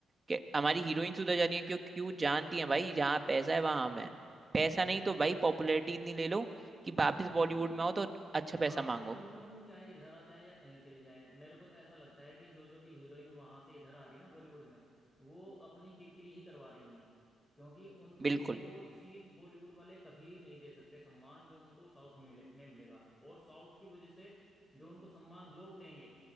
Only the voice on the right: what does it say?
कि
हमारी हीरोइंस उधर जा रही हैं क्यों क्योंकि वो जानती हैं भाई जहाँ पैसा है वहां हम हैं पैसा नहीं
तो भाई पॉपुलैरिटी इतनी ले लो कि वापस बॉलीवुड
में आओ तो अच्छा
पैसा मांगो
बिल्कुल